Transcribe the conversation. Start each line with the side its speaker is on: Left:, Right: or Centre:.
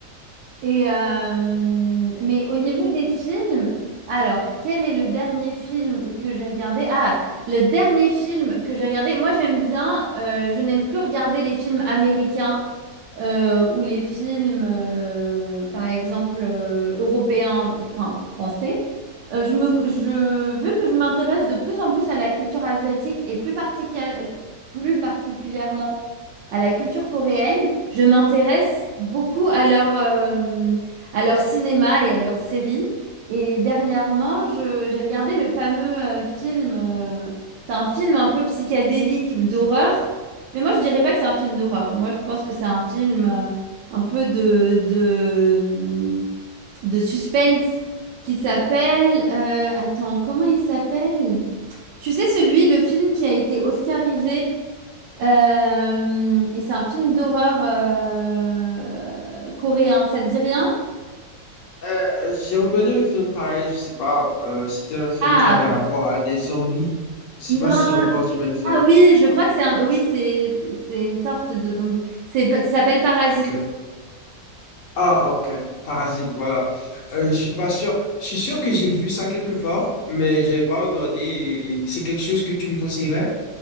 Right: Et euh, mais au niveau des films, alors quel est le dernier film que j'ai regardé? Ah, le dernier film que j'ai regardé, moi j'aime bien, euh, je n'aime plus regarder les films américains euh, ou les films, euh, par exemple, euh, européens, enfin français, euh, je me, je, vu que je m'intéresse de plus en plus à la culture asiatique et plus particu- plus particulièrement à la culture coréenne, je m'intéresse beaucoup à leur, euh, à leur cinéma et à leurs séries. Et dernièrement, je- j'ai regardé le fameux euh, film, euh, c'est un film un peu psychédélique d'horreur mais moi, je dirais pas que c'est un film d'horreur. Moi, je pense que c'est un film euh, un peu de, de, hum, de suspense qui s'appelle... euh, attends, comment il s'appelle? Tu sais, celui, le film qui a été oscarisé, euh, et c'est un film d'horreur euh, coréen, ça te dit rien?
Left: Euh, euh, j'ai regardé un film pareil, je sais pas, euh, c'était un film
Right: Ah,
Left: qui avait rapport à des zombies. Je sais
Right: Non,
Left: pas si on parle du même film.
Right: ah oui, je crois que c'est un... Oui, c'est c'est- c'est une sorte de zombie. C'est, ça s'appelle Parasite.
Left: Ok. Ah, ok. Parasite, voilà. Euh, je suis pas sûr. Je suis sûr que j'ai vu ça quelque part, mais j'avais pas regardé. et C'est quelque chose que tu me conseillerais?